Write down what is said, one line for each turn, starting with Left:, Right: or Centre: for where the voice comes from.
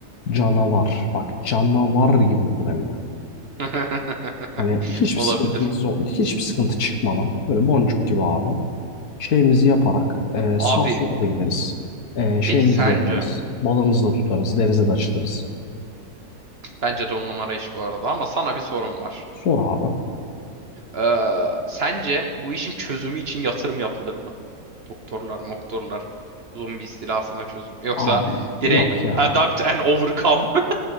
Left: Canavar. Bak canavar gibi olur hem de.
Right: <laughs>
Left: Hani hiçbir
Right: Olabilir.
Left: sıkıntımız yok. Hiçbir sıkıntı çıkmadan. Böyle boncuk gibi abi. Şeyimizi yaparak e,
Right: Abi
Left: sağa sola da gideriz. E, şeyimizi
Right: peki sence?
Left: de yaparız. Balığımızı da tutarız. Denize de açılırız.
Right: Bence de on numara iş bu arada ama sana bir sorum var.
Left: Sor abi.
Right: Ee, sence bu işin çözümü için yatırım yapılır mı? Doktorlar, moktorlar, zombi istilasına çözüm. Yoksa
Left: Abi
Right: direkt
Left: yok ya.
Right: adapt and overcome. <laughs>